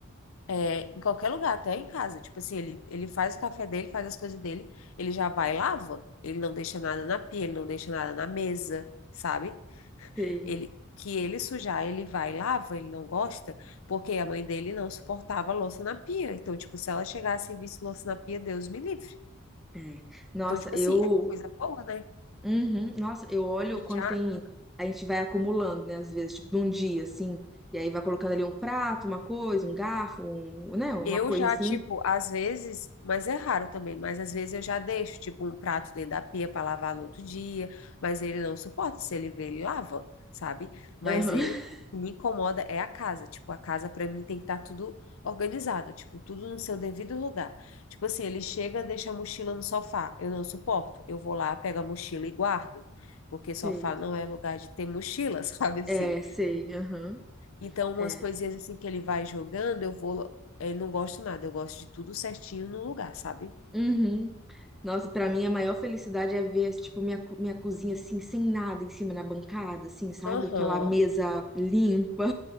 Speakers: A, on the left; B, in the centre.
A: É, em qualquer lugar, até em casa. Tipo assim, ele, ele faz o café dele, faz as coisas dele, ele já vai e lava. Ele não deixa nada na pia, ele não deixa nada na mesa, sabe?
B: sei.
A: Ele, que ele sujar, ele vai e lava, ele não gosta, porque a mãe dele não suportava louça na pia. Então, tipo, se ela chegasse e visse louça na pia, Deus me livre.
B: É. Nossa,
A: Então, tipo
B: eu
A: assim, é uma coisa boa, né?
B: Uhum. Nossa, eu olho
A: E
B: quando
A: já
B: tem. A gente vai acumulando, né? Às vezes, tipo, de um dia, assim. E aí vai colocando ali um prato, uma coisa, um garfo, um, né? Uma
A: Eu
B: coisa
A: já,
B: assim.
A: tipo, às vezes, mas é raro também, mas às vezes eu já deixo, tipo, um prato dentro da pia para lavar no outro dia, mas ele não suporta, se ele vê, ele lava, sabe? Mas
B: Aham.
A: eu,
B: <laughs>
A: o que me incomoda é a casa, tipo, a casa para mim tem que estar tudo organizado, tipo, tudo no seu devido lugar. Tipo assim, ele chega, deixa a mochila no sofá, eu não suporto, eu vou lá, pego a mochila e guardo, porque sofá
B: Sei.
A: não é lugar de ter mochila, <laughs> sabe assim?
B: É, sei. Aham.
A: Então, umas
B: É.
A: coisinhas assim que ele vai jogando, eu vou. ele não gosto nada, eu gosto de tudo certinho no lugar, sabe?
B: Uhum. Nossa, pra mim a maior felicidade é ver, tipo, minha, co- minha cozinha assim, sem nada em cima na bancada, assim, sabe?
A: Aham.
B: Aquela mesa limpa.